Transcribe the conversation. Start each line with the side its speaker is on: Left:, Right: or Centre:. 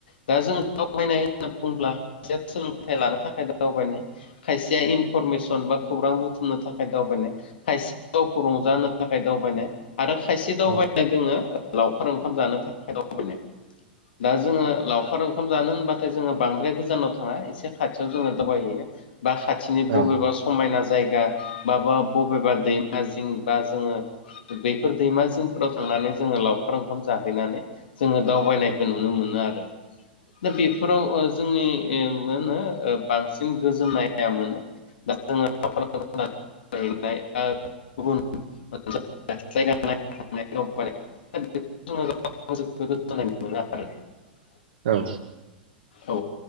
Left: दा जोङो दावबायनाय होनना बुङोब्ला खायसेया सोलोंथाइ लानो थाखाय दावबायनाय खायसेया इनफरमेसन बा खौरां बुथुमनो थाखाय दावबायनाय खायसे गावखौ रंजा होनो थाखाय दावबायनाय आरो खायसे
Right: औ
Left: दावबायनाय दोङो लावखार ओंखाम जानो थाखाय दावबायनाय दा जोङो लावखार ओंखाम जानो होनबा जोङो बांद्राय गोजानाव थाङा इसे खाथिआव दावबायहैयो बा खाथिनि
Right: औ
Left: बबेबा समाइना जायगा माबा बबेबा दैमा जिं बा जोङो बेफोर दैमा जिंफोराव थांनानै जोङो लावखार ओंखाम जाहैनानै जोङो दावबायनायखौ नुनो मोनो आरो दा बेफोराव जोंनि मोनो बांसिन गोजोननाया मोनो दा जोङो <unintelligible> गुबुन <unintelligible> <unintelligible> आरो
Right: औ
Left: औ